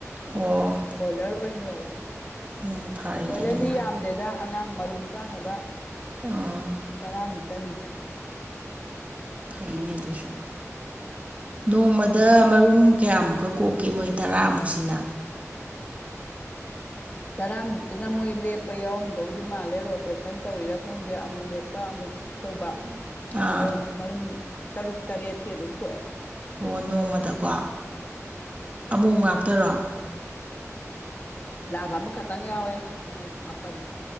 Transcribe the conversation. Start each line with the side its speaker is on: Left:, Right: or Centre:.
Right: ꯑꯣ
Left: ꯀꯣꯜꯗꯔ ꯑꯣꯏꯅ ꯂꯣꯏꯔꯦ
Right: ꯎꯝ ꯐꯔꯦꯅꯦ
Left: ꯀꯣꯏꯂꯗꯤ
Right: ꯑꯗꯨꯅ
Left: ꯌꯥꯝꯗꯦꯗ ꯑꯉꯥꯡ ꯃꯔꯨꯝ ꯆꯥꯅꯕ
Right: ꯑ
Left: ꯇꯔꯥꯃꯨꯛꯇꯅꯤ
Right: ꯐꯩꯅꯖꯁꯨꯨꯝ ꯅꯣꯡꯃꯗ ꯃꯔꯨꯝ ꯀꯌꯥꯃꯨꯛꯀ ꯀꯣꯛꯀꯦ ꯃꯣꯏ ꯇꯔꯥꯃꯨꯛꯁꯤꯅ
Left: ꯇꯔꯥꯃꯨꯛꯇꯨꯅ ꯃꯣꯏ ꯂꯦꯞꯄ ꯌꯥꯎꯔꯝꯗꯧꯗꯤ ꯃꯥꯜꯂꯦ ꯔꯣꯇꯦꯁꯟ ꯇꯧꯋꯤꯔꯥ ꯈꯪꯗꯦ ꯑꯃꯨꯛ ꯂꯦꯞꯄ ꯑꯃꯨꯛ
Right: <inaudible>
Left: ꯇꯧꯕ
Right: ꯑꯥ
Left: ꯑꯗꯣ ꯃꯔꯨꯝ ꯇꯔꯨꯛ ꯇꯔꯦꯠꯇꯤ ꯑꯗꯨꯝ ꯀꯣꯛꯑꯦ
Right: ꯑꯣ ꯅꯣꯡꯃꯗꯀꯣ
Left: ꯎꯝ
Right: ꯑꯃꯛ ꯉꯥꯛꯇꯔꯣ
Left: ꯂꯥꯕ ꯑꯃꯈꯛꯇꯪ ꯌꯥꯎꯋꯦ ꯑꯃꯨꯛ ꯃꯥꯄꯟ